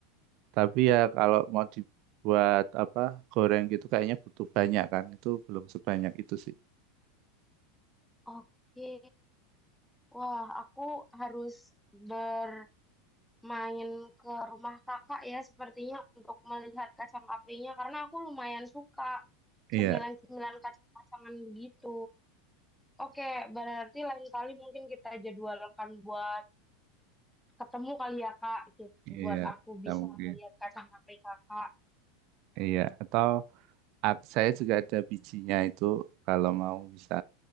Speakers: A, on the right; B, in the centre.
A: Tapi ya kalau mau dibuat apa goreng gitu kayaknya butuh banyak kan. Itu belum sebanyak itu sih.
B: Oke, wah aku harus ber main ke rumah kakak ya sepertinya untuk melihat kacang apinya karena aku lumayan suka
A: Iya,
B: cemilan-cemilan kacang-kacangan begitu. Oke, berarti lain kali mungkin kita jadwalkan buat ketemu kali ya Kak, Ki-
A: iya,
B: buat aku
A: bisa
B: bisa
A: mungkin.
B: melihat kacang api kakak.
A: Iya, atau ak- saya juga ada bijinya itu kalau mau bisa